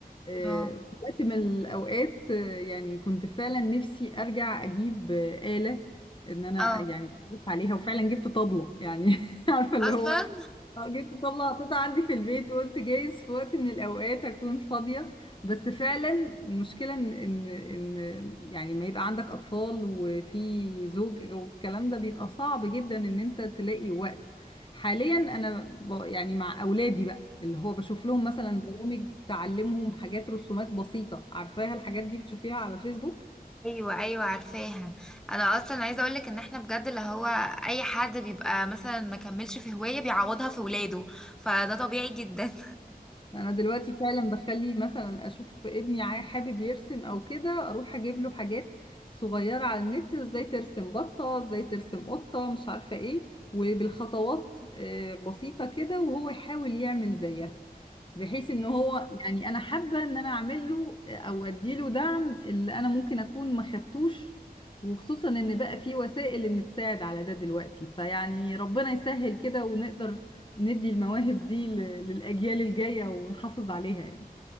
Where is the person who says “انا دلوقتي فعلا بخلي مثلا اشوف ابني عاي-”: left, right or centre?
Left